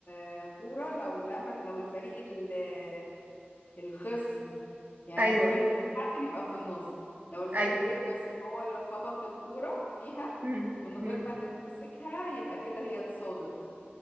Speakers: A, on the left; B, on the right.
A: الكورة لو لمس لو الفريق ال- آه، الخصم يعني
B: أيوه
A: في وفي حد بيبقى في النص لو الفريق
B: أيوه
A: الخصم هو اللي خبط الكورة فيها
B: مم.
A: من غير
B: مم.
A: ما تمسكها يبقى كده هي اتصادت